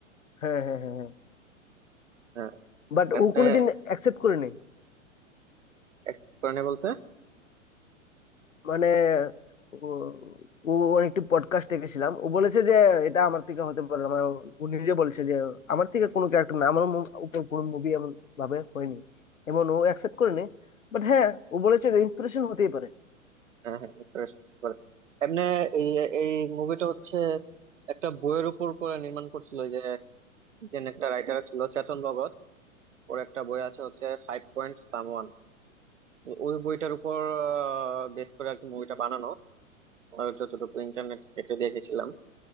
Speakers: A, on the left (about 75°); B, on the right (about 65°).
A: হ্যাঁ হ্যাঁ হ্যাঁ হ্যাঁ
B: হ্যাঁ
A: বাট
B: এমনি
A: ও কোনোদিন অ্যাকসেপ্ট করেনি
B: এক্সেপ্ট করে নি বলতে
A: মানে ও ও ওর একটি পডকাস্ট দেখেছিলাম ও বলেছে যে এটা আমার থেকে হতে পারে না। মানে ও ও নিজে বলছে যে আমার থেকে কোনো ক্যারেক্টার না আমার মু- উপর কোনো মুভি এমন ভাবে হয়নি এমন ও অ্যাকসেপ্ট করেনি বাট হ্যাঁ ও বলেছে যে ইন্সপিরেশন হতেই পারে
B: হ্যাঁ হ্যাঁ inspiration করে। এমনি এই এই মুভিটা হচ্ছে একটা বইয়ের উপর করে নির্মাণ করছিল ইন্ডিয়ান একটা রাইটার ছিল চেতন ভগত ওর একটা বই আছে হচ্ছে ফাইভ পয়েন্ট সামওয়ান ওই বইটার উপর বেস করে আর কি মুভিটা বানানো আহ, যতটুকু ইন্টারনেট কেটে দেখেছিলাম